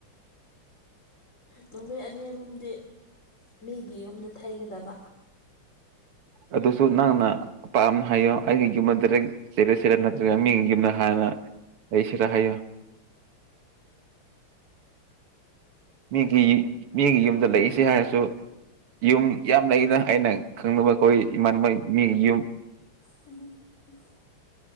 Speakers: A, on the left (about 35°); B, on the right (about 85°).
A: ꯅꯨꯃꯤꯠ ꯑꯅꯤ ꯑꯍꯨꯝꯗꯤ ꯃꯤꯒꯤ ꯌꯨꯝꯗ ꯊꯩꯒꯗꯕ
B: ꯑꯗꯨꯁꯨ ꯅꯪꯅ ꯑꯄꯥꯝꯅ ꯍꯥꯏꯌꯣ ꯑꯩꯒꯤ ꯌꯨꯝꯗ ꯗꯥꯦꯛꯔ ꯁꯤꯔ ꯅꯠꯇ꯭ꯔꯒ ꯃꯤꯒꯤ ꯌꯨꯝꯗ ꯍꯥꯟꯅ ꯑꯩꯁꯔꯥ ꯍꯥꯏꯌ ꯃꯤꯒꯤ ꯃꯤꯒꯤ ꯌꯨꯝꯗ ꯂꯩꯏꯁꯤ ꯍꯥꯏꯔꯁꯨ ꯌꯨꯝ ꯌꯥꯝ ꯂꯩꯅ ꯑꯩꯅ ꯈꯪꯅꯕ ꯑꯩꯈꯣꯏ ꯏꯃꯥꯟꯅꯕ ꯃꯤꯒꯤ ꯌꯨꯝ
A: ꯍ